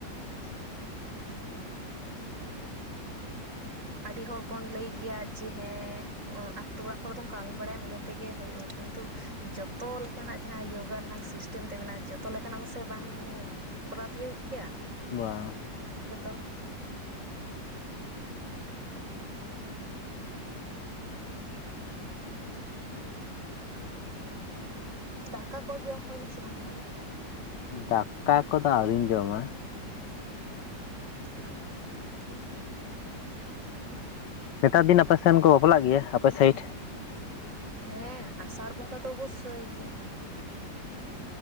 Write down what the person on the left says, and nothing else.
<inaudible>
ᱵᱟᱝ
ᱫᱟᱠᱟ ᱠᱚᱫᱚ ᱟᱹᱣᱨᱤᱧ ᱡᱚᱢᱟ᱾
ᱱᱮᱛᱟᱨ ᱫᱤᱱ ᱟᱯᱮ ᱥᱮᱱ ᱠᱚ ᱵᱟᱯᱞᱟᱜ ᱜᱮᱭᱟ ᱟᱯᱮ ᱥᱟ. ᱭᱤᱰ?